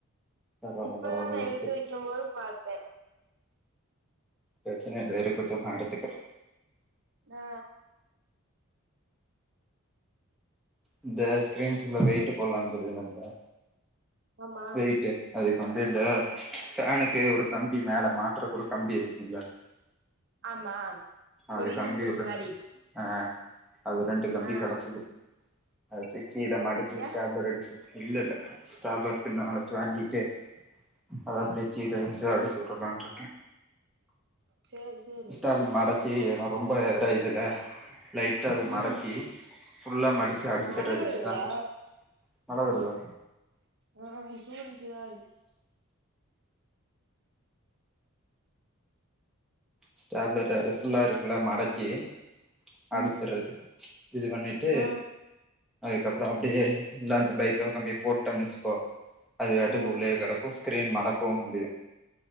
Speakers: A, in the centre; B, on the right (about 50°).
A: பரவால்ல
B: இப்பதா
A: பரவால்ல
B: நா
A: இருக்கட்டு
B: எடுத்து வைக்கும் போது பாத்தே
A: பிரச்சனைல இருக்குட்டு நா எடுத்துக்கிறே
B: நா
A: இந்த ஸ்க்கிரீன் குள்ள வெயிட்டு போட்லான் சொல்லி நண்பா
B: ஆமா
A: வெய்ட்டு அதுக்கு வந்து இந்த பேனுக்கு ஒரு கம்பி மேல மாட் றக்கு ஒரு கம்பி இருக்குல
B: ஆமா
A: அது
B: ஒரு இரும்பு
A: கம்பி
B: கம்மி
A: ஒரு
B: மாரி
A: ஆ அது ரெண்டு கம்பி
B: ஆ
A: கடக்குது அது தூக்கி இத
B: வச்சுட்டியா
A: மடிச்சி ஸ்டேப்லர் அடிச்சி இல்லல்ல ஸ்டேப்லர் பின் நாலச்சு வாங்கிட்டு அத
B: ம்
A: அப்டே கீழ வச்சி அப்டி சுடலான் இருக்கே
B: சேரி சேரி
A: ஸ்டேப்ல மடக் கீழனா ரொம்ப இதா இதுல லைட்டா அத மடக்கி
B: ம்
A: ஃபுல்லா மடிச்சி
B: ஆ
A: அடிச்சர்றது
B: மழ வருதா
A: ஸ்டேப்லரு மழ வருதா
B: ஆ தூரல்
A: ஸ்டேப்லர ஃபுல்லா இருக்குல்ல மடக்கி அடிச்சர்றது
B: ம்
A: இது பண்ணிட்டு
B: ஆ
A: அதுக்கப்றோ அப்டியே இந்த அந்த பைப்ல கம்பிய போட்டோம் வச்சிக்கோ அது பாட்டுக்கு
B: ஆ
A: உள்ளயே கெடக்கு கிரீன் மடக்கவு முடியு